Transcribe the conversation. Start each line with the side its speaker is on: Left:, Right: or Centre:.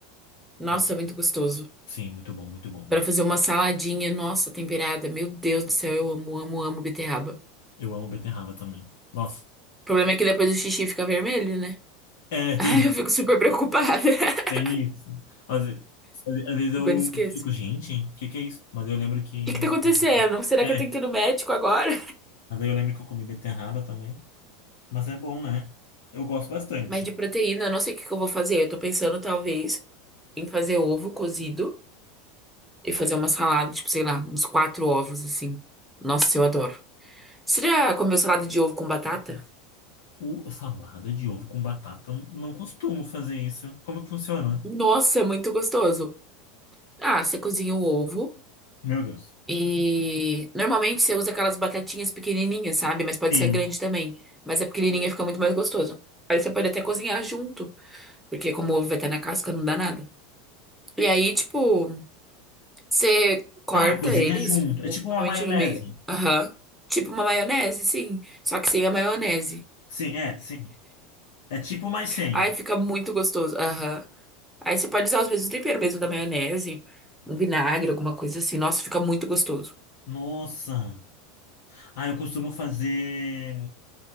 Centre: Nossa,
Left: Nossa,
Centre: muito gostoso.
Left: Sim, muito bom, muito bom mesmo.
Centre: Pra fazer uma saladinha, nossa, temperada. Meu Deus do céu, eu amo, amo, amo beterraba.
Left: Eu amo beterraba também. Nossa.
Centre: O problema é que depois o xixi fica vermelho, né?
Left: É,
Centre: <laughs>
Left: tem
Centre: Ai, eu fico super preocupada. <laughs>
Left: Tem isso. Às vezes, às vezes eu
Centre: Super esqueço.
Left: fico,
Centre: O
Left: gente, o que que é isso? Mas eu lembro que.
Centre: que que tá acontecendo? Será
Left: É,
Centre: que eu tenho que ir no médico agora?
Left: mas aí eu lembro que eu comi beterraba também. Mas é bom, né? Eu gosto bastante.
Centre: Mas de proteína, eu não sei o que que eu vou fazer. Eu tô pensando, talvez, em fazer ovo cozido. E fazer uma salada, tipo, sei lá, uns quatro ovos, assim. Nossa, eu adoro. Você já comeu salada de ovo com batata?
Left: O salada de ovo com batata, eu não costumo fazer isso. Como que funciona?
Centre: Nossa, é muito gostoso. Ah, você cozinha o ovo
Left: Meu Deus.
Centre: e normalmente você usa aquelas batatinhas pequenininhas, sabe? Mas pode
Left: Sim.
Centre: ser grande também. Mas a pequenininha fica muito mais gostoso. Aí você pode até cozinhar junto, porque como o ovo vai estar na casca, não dá nada. E aí, tipo, você corta
Left: Ah, cozinha
Centre: eles,
Left: junto.
Centre: tipo,
Left: É tipo
Centre: normalmente
Left: uma maionese.
Centre: no meio. Aham. Tipo uma maionese, sim. Só que sem a maionese.
Left: Sim, é, sim. É tipo mais sem.
Centre: Ai, fica muito gostoso. Aham. Aí você pode usar os mesmos temperos mesmo da maionese, um vinagre, alguma coisa assim. Nossa, fica muito gostoso.
Left: Nossa. Ah, eu costumo fazer.